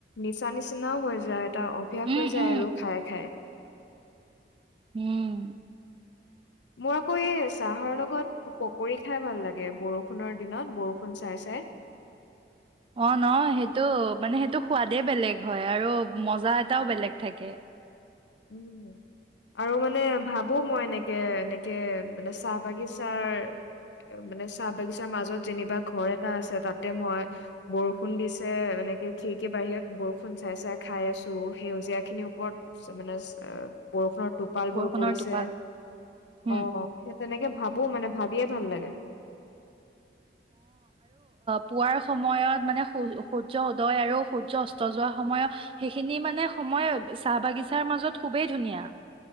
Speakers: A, on the left (about 85°); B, on the right (about 30°).
A: নিচা নিচিনাও হৈ যায়। এটা অভ্যাস
B: উম,
A: হৈ যায়
B: উম,
A: আৰু খাই-খাই।
B: উম,
A: মোৰ আকৌ এই চাহৰ লগত পকৰি খাই ভাল লাগে বৰষুণৰ দিনত বৰষুণ চাই-চাই।
B: অ ন সেইটো মানে সেইটো সোৱাদে বেলেগ হয় আৰু মজা এটাও বেলেগ থাকে।
A: উম আৰু মানে ভাবো মই এনেকে এনেকে মানে চাহ বাগিচাৰ মানে চাহ বাগিচাৰ মাজত যেনিবা ঘৰ এটা আছে তাতে মই বৰষুণ দিছে এনেকে খিৰিকী বাহিৰত বৰষুণ চাই-চাই খাই আছো। সেউজীয়া খিনিৰ ওপৰত মানে অ' বৰষুণত টোপাল
B: বৰষুণৰ
A: বোৰ পৰিছে
B: টোপাল উম
A: অ' সেই তেনেকে ভাবো মানে। ভাবিয়ে ভাল লাগে।
B: পোৱাৰ সময়ত মানে সূৰ্য উদয় আৰু সূৰ্য অস্ত যোৱাৰ সময়ত সেইখিনি মানে সময় চাহ বাগিচাৰ মাজত খুবেই ধুনীয়া।